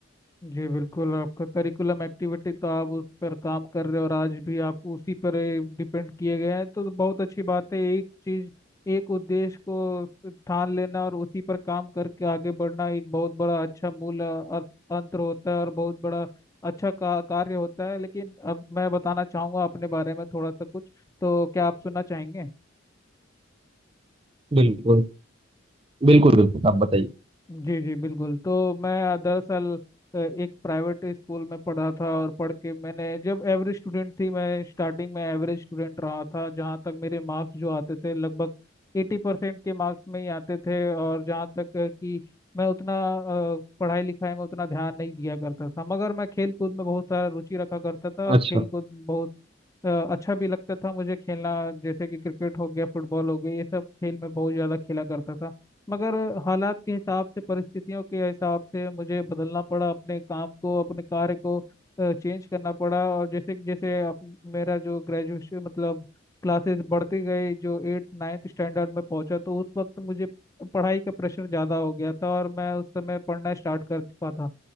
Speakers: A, on the left (about 15°); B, on the right (about 25°).
A: जी बिल्कुल आपका करिकुलम एक्टिविटी तो आप उस पर काम कर रहे हो और आज भी आप उसी पर डिपेंड किए गए हैं तो बहुत अच्छी बात है एक चीज एक उद्देश्य को ठान लेना और उसी पर काम करके आगे बढ़ना एक बहुत बड़ा अच्छा मूल अर्थ- अंतर होता है और बहुत बड़ा अच्छा का, कार्य होता है लेकिन अब मैं बताना चाहूंगा अपने बारे में थोड़ा सा कुछ तो क्या आप सुनना चाहेंगे
B: बिल्कुल बिल्कुल बिल्कुल आप बताइए
A: जी जी बिल्कुल तो मैं दरअसल अ, एक प्राइवेट स्कूल में पढ़ा था और पढ़ के मैंने जब एवरेज स्टूडेंट थी मैं स्टार्टिंग में एवरेज स्टूडेंट रहा था जहाँ तक मेरे मार्क्स जो आते थे लगभग एटी परसेंट के मार्क्स में ही आते थे और जहाँ तक है कि मैं उतना अ, पढ़ाई लिखाई में उतना ध्यान नहीं दिया करता था मगर मैं खेल कूद में बहुत सारा रुचि रखा करता था और
B: अच्छा
A: खेल कूद बहुत अ, अच्छा भी लगता था मुझे खेलना जैसे कि क्रिकेट हो गया फुटबॉल हो गया ये सब खेल मैं बहुत ज़्यादा खेला करता था मगर हालात के हिसाब से परिस्थितियों के हिसाब से मुझे बदलना पड़ा अपने काम को अपने कार्य को चेंज करना पड़ा और जैसे जैसे अप, मेरा जो ग्रेजुएशन मतलब क्लासेस बढ़ती गई जो एट्थ नाइन्थ स्टैंडर्ड में पहुंचा तो उस वक्त मुझे पढ़ाई का प्रेशर ज़्यादा हो गया था और मैं उस समय पढ़ना स्टार्ट कर पाता